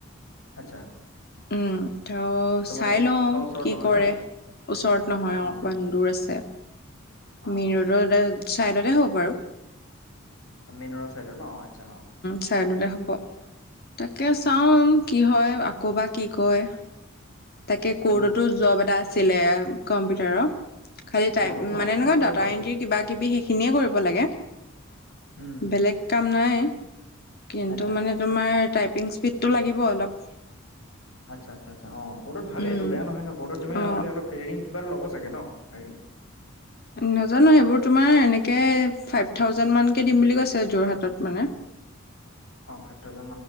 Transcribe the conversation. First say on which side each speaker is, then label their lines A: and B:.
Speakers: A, on the left; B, on the left.
A: আৎচ্ছা।
B: উম'। ত চাই
A: এতিয়া
B: লওঁ
A: অ', ওচৰত
B: কি
A: নহয়
B: কৰে
A: ন
B: ওচৰত নহয়
A: অ',
B: অকমান দূৰ আছে।
A: অ',
B: মেন
A: অ',
B: ৰোডৰ দা চাইডতে হ'ব বাৰু।
A: মেন ৰ'ড ছাইডৰ ন অ আৎচ্ছা অঁ।
B: ছাইডতে হ'ব তাকে চাওঁ।
A: অঁ।
B: কি হয়, আকৌ বা কি কয়? তাকে কৰ্টতো
A: উম,
B: জব এটা আছিলে কম্পিউটাৰৰ। খালি টাইপ,
A: কৰ্টত ন
B: মানে
A: কৰ্টতটো
B: এনেকুৱা ডাটা
A: আৰু ভাল।
B: এণ্ট্ৰি কিবা-কিবি সেইখিনিয়ে কৰিব লাগে।
A: উম।
B: বেলেগ কাম নাই, কিন্তু
A: আচ্ছা।
B: মানে তোমাৰ টাইপিং স্পীডটো লাগিব অলপ।
A: আচ্ছা আচ্ছা, অ কৰ্টত ভালেইটো,
B: উম
A: বেয়া নহয় ন। কৰ্টত তুমি
B: অ
A: খালি অলপ ট্ৰেইনিং কিবা এটা লব চাগে ন হেৰি?
B: নাজানো, সেইবোৰ তোমাৰ এনেকে ফাইভ থাউজেণ্ড মানকে দিম বুলি কৈছে যোৰহাটত মানে।
A: অ ফাইভ